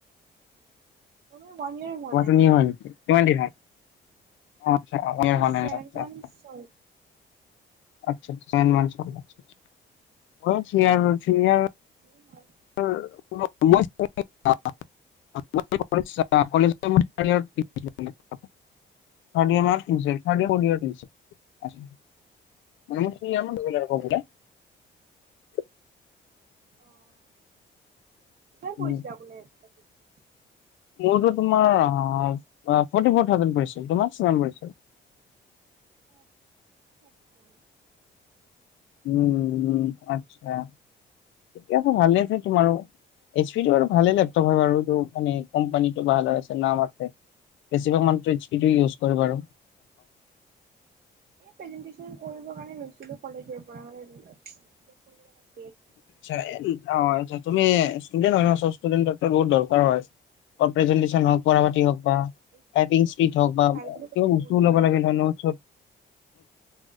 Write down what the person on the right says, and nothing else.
মোৰ মানে ওৱান ইয়েৰ হোৱা
নাই
মানে
মোৰ
ছেভেন
মান্থছ হ'ল
<inaudible>
ভালে অ', <unintelligible> কৰিছিল
<unintelligible>
আচ্ছা <unintelligible>
অ',
এই প্ৰেজেন্টেশন কৰিব কাৰণে লৈছিলো কলেজৰ পৰা মানে‌ <unintelligible>
এইচ
পিটো
ভাল বুলি
কৈছে
বহুত
মানে এইবিলাক